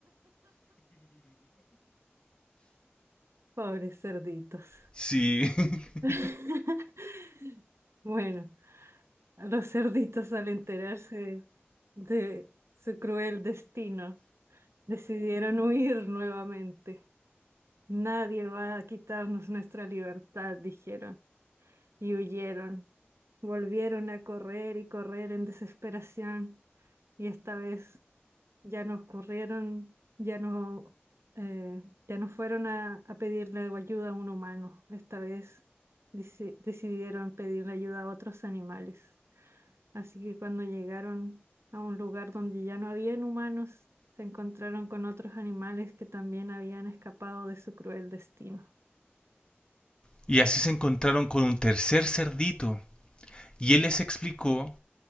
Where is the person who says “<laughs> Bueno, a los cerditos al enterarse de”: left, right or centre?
Right